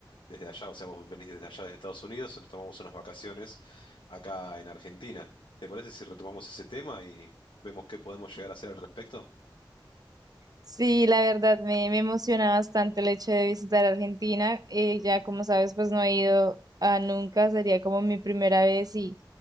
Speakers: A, on the left (about 80°); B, on the right (about 50°).
A: desde allá. O sea, vos venís desde allá, desde Estados Unidos, nos tomamos unas vacaciones acá en Argentina. ¿Te parece si retomamos ese tema y vemos qué podemos llegar a hacer al respecto?
B: Sí, la verdad, me, me emociona bastante el hecho de visitar Argentina, eh,
A: Ujú,
B: ya como sabes, pues no he ido a nunca, sería como mi primera vez y